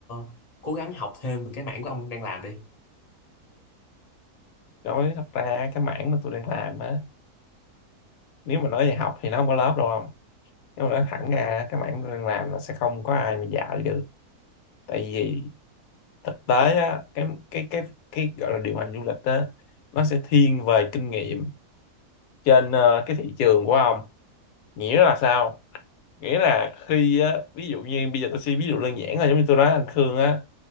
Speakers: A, on the left (about 40°); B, on the left (about 70°).
A: ờ, cố gắng học thêm về cái mảng của ông đang làm đi
B: đối với thật ra cái mảng mà tôi đang làm á nếu mà nói về học thì nó không có lớp đâu không nhưng mà nói thẳng ra cái mảng tôi đang làm là sẽ không có ai mà dạy được tại vì thực tế á cái cái cái cái gọi là điều hành du lịch á nó sẽ thiên về kinh nghiệm trên ờ, cái thị trường của ông nghĩa là sao nghĩa là khi á, ví dụ như bây giờ tôi sẽ ví dụ đơn giản là giống như tôi nói anh Khương á